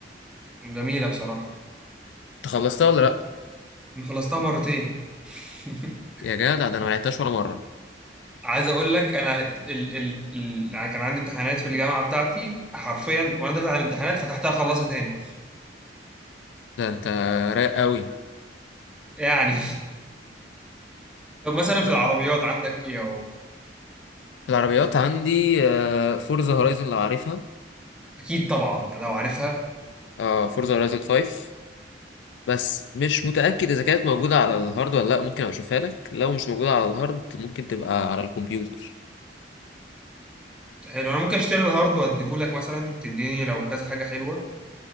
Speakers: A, in the centre; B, on the left.
A: جميله بصراحه
B: انت خلصتها ولا لأ؟
A: انا خلصتها مرتين <laughs>
B: يا جدع ده انا ما لعبتهاش ولا مرة
A: عايز اقول لك انا ال ال ال انا كان عندي امتحانات في الجامعه بتاعتي حرفيا وانا داخل على الامتحانات فتحتها خلصها تاني
B: ده انت رايق قوي
A: يعني <laughs> طب مثلا
B: في
A: في العربيات عندك ايه اهو
B: العربيات عندي آه فورزا هورايزون لو عارفها
A: اكيد طبعا لو عارفها
B: اه فورزا هورايزون 5 بس مش متأكد إذا كانت موجودة على الهارد ولا لأ ممكن أبقى أشوفها لك لو مش موجودة على الهارد ممكن تبقى على الكمبيوتر
A: حلو انا ممكن اشتري الهارد واديهولك مثلا تديني لو كذا حاجه حلوه